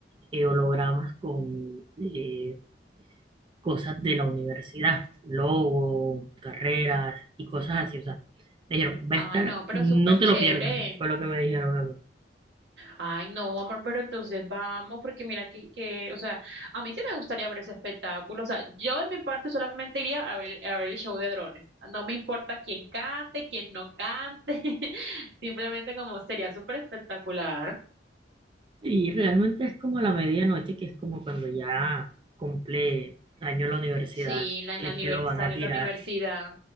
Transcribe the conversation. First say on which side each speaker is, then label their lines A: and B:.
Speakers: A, on the right; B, on the right.
A: eh, hologramas con... eh, cosas de la universidad, logo, carreras y cosas así. O sea, me dijeron, va
B: Ay,
A: a estar,
B: no, pero
A: no
B: súper
A: te
B: chévere.
A: lo pierdas, fue lo que me dijeron a mí.
B: Ay, no, amor, pero entonces vamos, porque mira que, que, o sea, a mí sí me gustaría ver ese espectáculo, o sea, yo en mi parte solamente iría a ver, a ver el show de drones, no me importa quién cante, quién no cante, <laughs> simplemente como sería súper espectacular,
A: Y realmente es como a la medianoche, que es como cuando ya cumple año la universidad,
B: sí, la,
A: que
B: el aniversario,
A: es que lo van a tirar
B: la universidad.